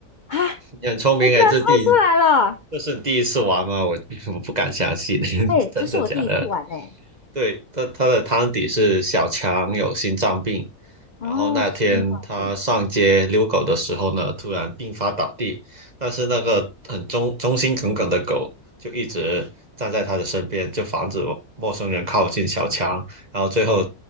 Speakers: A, on the left; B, on the right.
A: 啊，
B: 你很聪明诶，
A: 我居然猜出来了，
B: 这第这是你第一次玩吗？我 <laughs> 我不敢相信，<laughs>
A: 哎，
B: 真的假的？
A: 这是我第一次玩呢。
B: 对，他他的汤底是小强有心脏病，然后那天他上街遛狗的时候呢，
A: 哦，心脏病
B: 突然病发倒地，但是那个很忠忠心耿耿的狗就一直站在他的身边，就防止陌生人靠近小强，然后最后